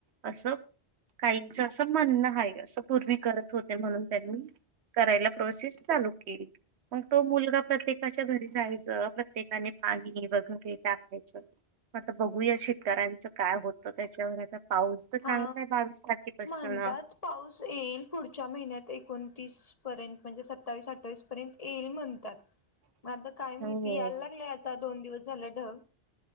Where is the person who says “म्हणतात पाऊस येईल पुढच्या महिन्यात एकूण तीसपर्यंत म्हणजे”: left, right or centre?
Left